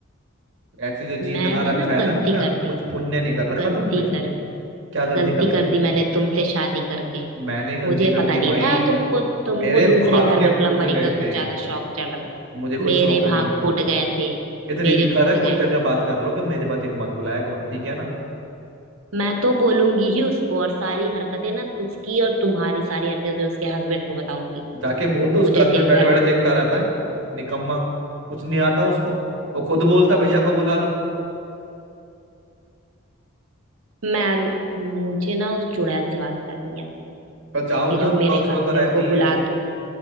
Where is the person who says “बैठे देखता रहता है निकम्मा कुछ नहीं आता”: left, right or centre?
Right